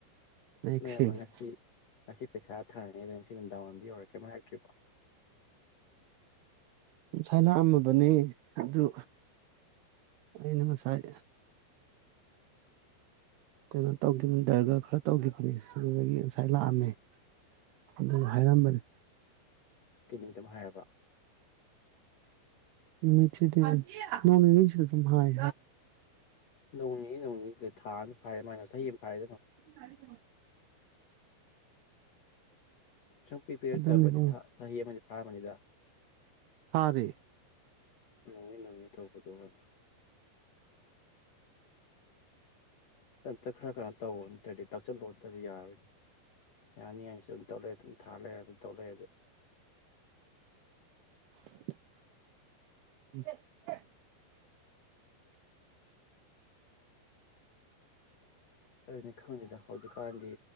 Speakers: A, on the right; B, on the left.
A: ꯃꯌꯦꯛ
B: ꯅꯣꯏ
A: ꯁꯦꯡꯉꯤ
B: ꯌꯥꯝꯃ ꯉꯁꯤ ꯉꯁꯤ ꯄꯩꯁꯥ ꯊꯥꯔꯅꯤ ꯑꯗꯨꯗꯣ ꯉꯁꯤ ꯃꯤꯗꯥꯡ ꯋꯥꯏꯝ ꯌꯧꯔꯛꯀꯦꯃ ꯍꯥꯏꯛꯇ꯭ꯔꯤꯕꯣ
A: ꯉꯁꯥꯏ ꯂꯥꯛꯑꯝꯃꯕꯅꯤ ꯑꯗꯨ ꯑꯩꯅ ꯉꯁꯥꯏ ꯀꯩꯅꯣ ꯇꯧꯈꯤꯕꯇꯔꯒ ꯈꯔ ꯇꯧꯈꯤꯕꯅꯦ ꯑꯗꯨꯗꯒꯤ ꯉꯁꯥꯏ ꯂꯥꯛꯑꯝꯃꯦ ꯑꯗꯨ ꯍꯥꯏꯔꯝꯕꯅꯤ
B: ꯀꯩ ꯅꯨꯃꯤꯠꯇ ꯑꯃ ꯍꯥꯏꯔꯕ
A: ꯃꯁꯤ ꯊ ꯃꯃꯤꯅꯤꯁ ꯑꯗꯨꯝ ꯍꯥꯏ
B: ꯅꯣꯡꯤꯉꯤ ꯅꯣꯡꯤꯁꯤꯗ ꯊꯥꯅ ꯐꯥꯏꯔꯦ ꯃꯥꯅ ꯆꯍꯤ ꯑꯃ ꯍꯥꯏ
A: ꯍꯥꯏꯔꯤꯝ
B: ꯁꯨꯡꯄꯤ ꯄꯤꯔꯛꯇꯕꯗꯤ
A: ꯑꯗꯨꯅꯤ ꯏꯕꯨꯡꯉꯣ
B: ꯆꯍꯤ ꯑꯃꯗꯤ ꯐꯥꯔꯕꯅꯤꯗ
A: ꯍꯥꯔꯤꯦ
B: ꯅꯣꯡꯉꯤ ꯅꯣꯡꯉꯤ ꯇꯧꯕꯗꯣꯛ ꯑꯝꯇ ꯈꯔ ꯀꯔꯣ ꯇꯧꯕ ꯅꯠꯇ꯭ꯔꯗꯤ ꯇꯧꯁꯤꯜꯂꯣ ꯅꯠꯇ꯭ꯔꯗꯤ ꯌꯥꯔꯣꯏꯅꯦ ꯌꯥꯅꯤ ꯍꯥꯏꯥꯏꯅꯁꯨ ꯑꯗꯨꯝ ꯇꯧꯔꯛꯑꯦ ꯑꯗꯨꯝ ꯊꯥꯜꯂꯑꯦ ꯑꯗꯨꯝ ꯇꯧꯔꯛꯑꯦ ꯑꯗꯨꯗꯤ
A: <inaudible>
B: ꯑꯗꯨꯅ ꯈꯪꯗꯗ ꯍꯧꯖꯤꯛꯀꯥꯟꯗꯤ